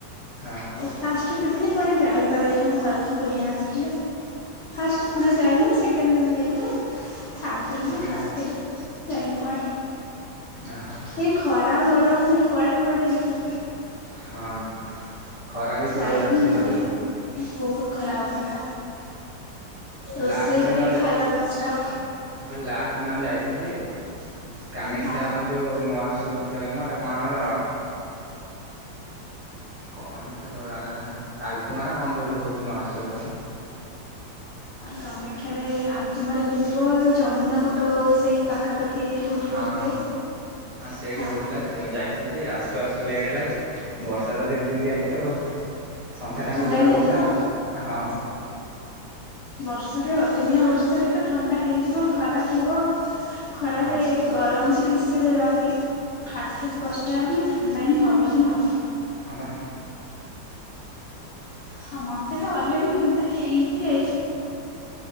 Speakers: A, on the right (about 15°); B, on the left (about 80°).
A: ହଁ।
B: ଫାଷ୍ଟ ଦୁଇଦିନ କୁଆଡେ ଯାଇପାରିନୁ ଘରକୁ କୁଣିଆ ଆସିଥିଲେ, ଫାଷ୍ଟ ଦିନ ଯାଇନୁ ସେକେ ସେକେଣ୍ଡ ଦିନ ଯାଇଥିଲୁ, ଥାର୍ଡ଼ ଦିନ ମୁଁ
A: ହଁ
B: ଘରେ ଥିଲୁ ଯାଇନୁ କୁଆଡ଼େ।
A: ଓହୋ।
B: ଏ ଖରା ଗରମ ରେ କୁଆଡେ କୁଆଡେ ଯିବୁ।
A: ହଁ। ଖରା ବି ଜୋରରେ
B: ଯାଇନି
A: ରହିଛି
B: ମାନେ
A: ରଜକୁ
B: ବହୁତ ଖରା ହଉଥିଲା। ରୋଷେଇ
A: ଲାଷ୍ଟ ଦିନ
B: କରିକି
A: ତ ଆମେ ଯା
B: ଖାଇବା କଷ୍ଟ।
A: ମୁଁ କହିଲି ଲାଷ୍ଟ ଦିନ ଆମେ ଯାଇଥିଲୁ ଯେ କାମାକ୍ଷା
B: ହଁ।
A: ମାନେ ଯୋଉ ମହୋତ୍ସବ ଦେଖିବା ପାଇଁ ମୁଁ ଏଟା କଣ ଆମର କଣ ତ ର ଗା ନା ଆଲତୁମା କଣ ଯେଉଠି ହଉଛି ମହୋସବ ଗଟେ
B: କାମାକ୍ଷାରେ ଆଲତୁମାରେ ହେଉଥିବ ଯମୁନା କୋଟ ସେଇ ପାଖାପାଖି ଏଇଠି କୋଉଠି
A: ହଁ
B: ବି ହୁଏ
A: ହଁ ସେଇଠି
B: ହଁ।
A: ହଉଥିଲା ଆମେ ଯାଇଥିଲୁ, ଯେ ଆସୁ ଆସୁ ଲେଟ୍ ହେଲା ଯେ ବର୍ଷା ତ ତିନ୍ତି ତିନ୍ତି ଆଇଛୁ ଆଉ। ସନ୍ଧ୍ୟା ଟାଇମରେ
B: ଥଣ୍ଡା
A: ଜୋରେ
B: ହେଇଯାଇଥିବ
A: ବର୍ଷା ହେଲା
B: ଆଉ।
A: ହଁ।
B: ବର୍ଷାରେ ଅଦିନିଆ ବର୍ଷାରେ ତ ଥଣ୍ଡା ହେଇଯିବ ଖରା ଥିବ ଖରାରେ
A: ହଁ
B: ଗରମ ଚିକିତ୍ସା ରେ ରହିକି ହଠାତ ବଷ ର୍ଷା ମାନେ ଥଣ୍ଡା ହିଁ ହବ ହିଁ ହବ।
A: ହଁ ବା।
B: ହଁ ମତେ ତ ଅଲରେଡି ଥଣ୍ଡା ହେଇକି ଯାଇଛି।